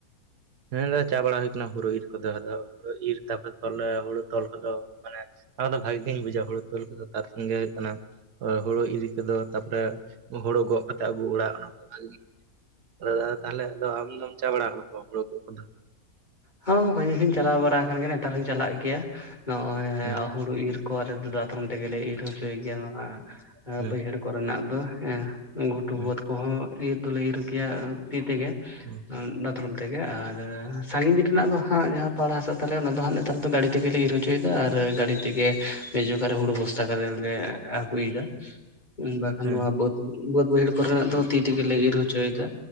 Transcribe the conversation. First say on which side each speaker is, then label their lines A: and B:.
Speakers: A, on the right (about 85°); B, on the left (about 25°).
A: ᱦᱮᱸᱫᱟ ᱪᱟ ᱵᱟᱲᱟ ᱦᱩᱭ ᱠᱟᱱᱟ ᱦᱳᱲᱩ ᱤᱨ ᱠᱚᱫ, ᱟᱫᱚ ᱦᱩᱲᱩ ᱤᱨ ᱛᱟᱯᱚᱨᱮ ᱛᱚᱞᱮ ᱦᱩᱲᱩ ᱛᱚᱞ ᱠᱚᱫᱚ ᱢᱟᱱᱮ ᱚᱱᱟ ᱫᱚ ᱵᱷᱟᱜᱤ ᱜᱤᱧ ᱵᱩᱡᱟ ᱦᱩᱲᱩ ᱛᱚᱞ ᱠᱚᱫᱚ, ᱛᱟᱨ ᱥᱚᱝᱜᱮ ᱦᱩᱭᱩᱜ ᱠᱟᱱᱟ ᱦᱳᱲᱳ ᱤᱫᱤ ᱠᱚᱫᱚ, ᱛᱟᱯᱚᱨᱮ ᱦᱳᱲᱩ ᱜᱚᱜ ᱠᱟᱛᱮᱜ ᱟᱹᱜᱩ ᱚᱲᱟᱜ, ᱚᱱᱟ ᱫᱚ ᱵᱷᱟᱜᱮ ᱚ ᱫᱟᱫᱟ ᱛᱟᱦᱚᱞᱮ ᱟᱫᱚ ᱟᱢ ᱫᱚᱢ ᱪᱟ ᱵᱟᱲᱟ ᱠᱟᱱᱟ ᱥᱮ ᱵᱟᱝ ᱦᱩᱲᱩ ᱜᱚᱜ ᱠᱚᱫᱚ?
B: ᱦᱚᱸ ᱵᱚᱠᱚᱧ ᱤᱧ ᱦᱚᱧ ᱪᱟᱞᱟᱣ ᱵᱟᱲᱟ ᱟᱠᱟᱱ ᱜᱮᱭᱟ ᱱᱮᱛᱟᱨ ᱦᱚᱧ ᱪᱟᱞᱟᱜ ᱜᱮᱭᱟ ᱱᱚᱜᱼᱚᱭ
A: ᱦᱮᱸ
B: ᱦᱩᱲᱩ ᱤᱨ ᱠᱚ ᱟᱞᱮ ᱫᱚ ᱫᱟᱛᱨᱚᱢ ᱛᱮᱜᱮᱞᱮ ᱤᱨ ᱦᱚᱪᱚᱭ ᱜᱮᱭᱟ ᱱᱚᱣᱟ
A: ᱦᱮᱸ
B: ᱵᱟᱹᱭᱦᱟᱹᱲ ᱠᱚᱨᱮᱱᱟᱜ ᱫᱚ ᱦᱮᱸ᱾ ᱜᱷᱩᱴᱩ
A: ᱦᱮᱸ
B: ᱵᱟᱹᱫᱽ ᱠᱚᱦᱚᱸ ᱤᱨ ᱫᱚᱞᱮ ᱤᱨ ᱜᱮᱭᱟ ᱛᱤ ᱛᱮᱜᱮ
A: ᱦᱮᱸ
B: ᱫᱟᱛᱨᱚᱢ ᱛᱮᱜᱮ᱾ ᱜᱮ ᱟᱨ ᱥᱟᱺᱜᱤᱧ ᱨᱮᱱᱟᱜ ᱫᱚ ᱦᱟᱸᱜ ᱡᱟᱦᱟᱸ ᱯᱟᱲ ᱦᱟᱥᱟ ᱛᱟᱞᱮ ᱚᱱᱟ ᱫᱚ ᱦᱟᱸᱜ ᱱᱮᱛᱟᱨ ᱫᱚ ᱜᱟᱹᱰᱤ ᱛᱮᱜᱮᱞᱮ ᱤᱨ ᱦᱚᱪᱚᱭᱮᱫᱟ᱾ ᱟᱨ ᱜᱟᱹᱰᱤ ᱛᱮᱜᱮ ᱢᱤᱫ ᱡᱚᱠᱷᱟ ᱨᱮ
A: ᱦᱮᱸ
B: ᱦᱩᱲᱩ ᱵᱚᱥᱛᱟ ᱠᱟᱛᱮᱫ ᱞᱮ ᱟᱹᱜᱩᱭᱮᱫᱟ᱾ ᱵᱟᱠᱷᱟᱱ
A: ᱦᱮᱸ
B: ᱱᱚᱣᱟ ᱵᱟᱹᱫᱽ ᱵᱟᱹᱫᱽ ᱵᱟᱹᱭᱦᱟᱹᱲ ᱠᱚᱨᱮᱱᱟᱜ ᱫᱚ ᱛᱤ ᱛᱮᱜᱮᱞᱮ ᱤᱨ ᱦᱚᱪᱚᱭᱮᱫᱟ